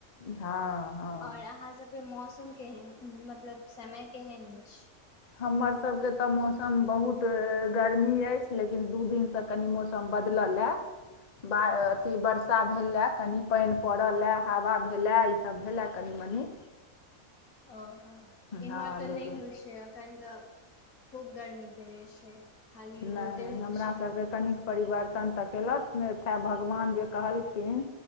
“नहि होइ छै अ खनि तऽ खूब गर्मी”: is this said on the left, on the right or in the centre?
Left